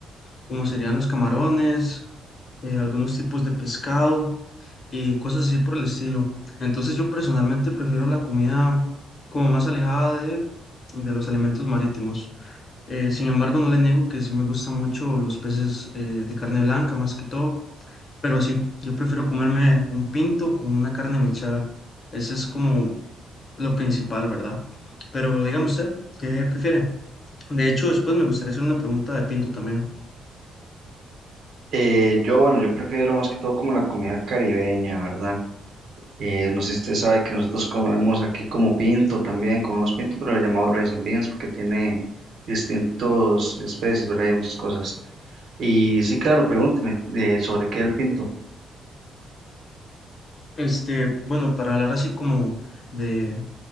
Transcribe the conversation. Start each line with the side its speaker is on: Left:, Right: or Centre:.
Left: como serían los camarones, eh, algunos tipos de pescado y cosas así por el estilo. Entonces, yo personalmente prefiero la comida como más alejada de de los alimentos marítimos. Eh, sin embargo, no le niego que sí me gustan mucho los peces eh, de carne blanca, más que todo, pero sí, yo prefiero comerme un pinto con una carne mechada. Ese es como lo principal, ¿verdad? Pero dígame usted, ¿qué prefiere? De hecho, después me gustaría hacer una pregunta de pinto también.
Right: Eh, yo, bueno, yo prefiero más que todo como la comida caribeña, ¿verdad? Eh, no sé si usted sabe que nosotros comemos aquí como pinto también, comemos pinto, pero le llamamos rice and beans porque tiene distintos especies, ¿verdad? Y muchas cosas. Y sí, claro, pregúnteme eh, sobre qué es el pinto.
Left: Este, bueno, para hablar así como de,